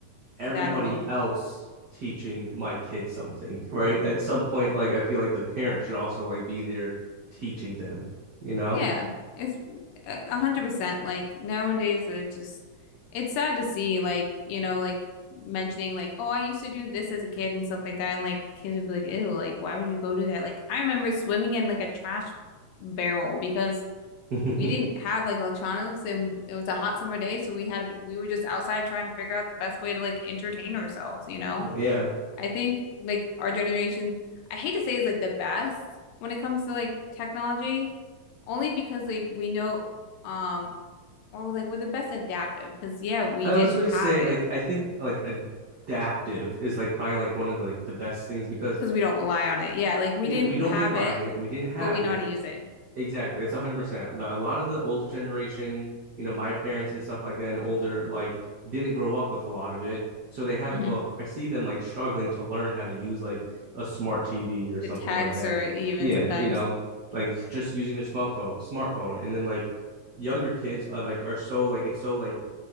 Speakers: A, on the right (about 75°); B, on the left (about 80°).
A: everybody
B: that alone.
A: else teaching my kids something, right? At some point, like I feel like the parent should also like be there teaching them, you know?
B: Yeah, it's a a hundred percent. Like nowadays, I just it's sad to see, like you know, like mentioning like, oh, I used to do this as a kid and stuff like that, and like kids would be like, ew, like why would you go do that? Like I remember swimming in like a trash barrel because
A: <laughs>
B: we didn't have like electronics and it was a hot summer day, so we had to be, we were just outside trying to figure out the best way to like entertain ourselves, you know?
A: Yeah.
B: I think like our generation, I hate to say is like the best when it comes to like technology, only because like we know um or like we're the best adaptive because yeah, we
A: I
B: didn't
A: was gonna
B: have
A: say
B: it
A: like I think like adaptive is like probably like one of the like the best things because
B: because we don't rely on it. Yeah, like we
A: yeah,
B: didn't
A: we don't
B: have
A: rely
B: it,
A: on it. We didn't have
B: but we know
A: it.
B: how to use it.
A: Exactly. That's 100%. A lot of the older generation, you know, my parents and stuff like that and older, like didn't grow up with a lot of it. So they have,
B: hmm
A: uh, I see them like struggling to learn how to use like a smart TV or something
B: To text
A: like that.
B: or even
A: Yeah,
B: sometimes.
A: you know, like just using their smartphone, smartphone. And then like younger kids are like, are so like, it's so like